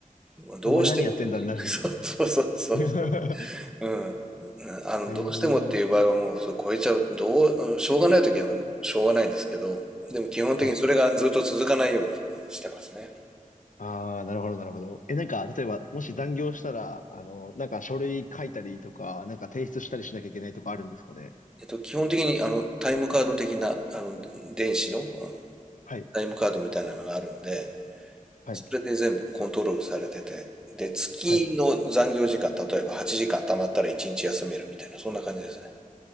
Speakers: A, in the centre; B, on the left.
A: もうどうしてもっていう、
B: お前何やってんだになるんですね。
A: <laughs> そうそうそうそう。
B: <laughs>
A: うん。うんあの、
B: へえ
A: どうしてもっていう場合はもうそれ超えちゃう、どう、うんしょうがない時はしょうがないんですけど、でも基本的にそれがずっと続かないようにしてますね。
B: はいはい。ああ、なるほどなるほど。え、なんか、例えば、もし残業したら、あの、なんか書類書いたりとか、なんか提出したりしなきゃいけないとかあるんですかね。
A: えっと、基本的にあの、タイムカード的な、あの、電子のあ
B: はい。
A: タイムカードみたいなのがあるんで、
B: はい。
A: それで全部コントロールされてて、で、月の残業時間、
B: はい。
A: 例えば8時間貯まったら1日休めるみたいな、そんな感じです